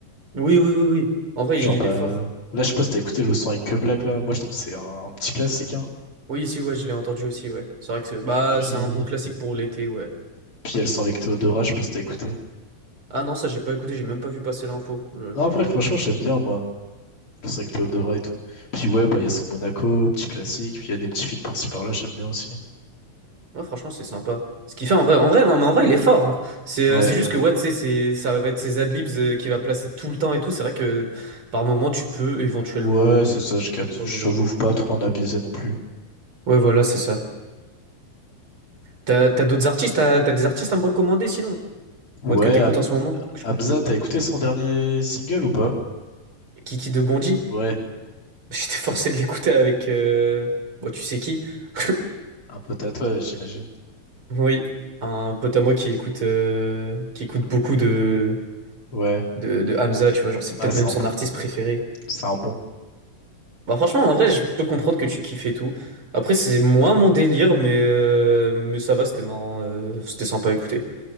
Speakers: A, on the right; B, on the left.
A: Oui, oui, oui, oui. En vrai,
B: Genre,
A: il
B: bah.
A: est fort.
B: Là, je sais pas si t'as écouté le son avec Que Black, là. Moi, je trouve que c'est un, un petit classique, hein.
A: Oui, si, ouais, je l'ai entendu aussi, ouais. C'est vrai que c'est bah,
B: Puis.
A: c'est un bon classique pour l'été, ouais.
B: Puis, il y a le son avec Théodora, je sais pas si t'as écouté.
A: Ah non, ça j'ai pas écouté, j'ai même pas vu passer l'info. Je-
B: Non,
A: je-
B: en vrai, franchement, j'aime bien, moi. le 5 Théo Dora et tout. Puis ouais, bah il y a son Monaco, petit classique, puis il y a des petits feats par-ci par-là, j'aime bien aussi.
A: Ouais, franchement, c'est sympa. Ce qu'il fait en vrai, en vrai, non, mais en vrai, il est fort. hein. C'est
B: Ouais,
A: euh, c'est juste que, ouais, tu sais, c'est- ça va être ses adlibs euh, qu'il va placer tout le temps et tout. C'est vrai que par moment, tu peux éventuellement
B: ouais,
A: euh,
B: c'est ça, je capte.
A: en
B: J'avoue
A: novembre.
B: faut pas trop en abuser non plus.
A: Ouais, voilà, c'est ça. T'as, t'as d'autres artistes, à- t'as, des artistes à me recommander sinon?
B: Ouais,
A: Mode que t'écoutes
B: Ham-
A: en ce moment?
B: Hamza, t'as écouté son dernier single ou pas?
A: Kiki de Bondy?
B: Ouais,
A: <laughs> J'étais forcé de l'écouter avec... euh, Bon, tu sais qui? <laughs>
B: un peu tatoué, j'imagine.
A: Oui, un pote à moi qui écoute, euh, qui écoute beaucoup de,
B: Ouais,
A: de, de Hamza, tu vois, genre c'est
B: ah,
A: peut-être
B: c'est
A: même
B: un
A: son
B: bon,
A: artiste préféré.
B: c'est un bon.
A: Bah franchement, en vrai, je peux comprendre que tu kiffes et tout. Après, c'est moins mon délire, mais, euh, mais ça va, c'était marrant, euh, c'était sympa à écouter.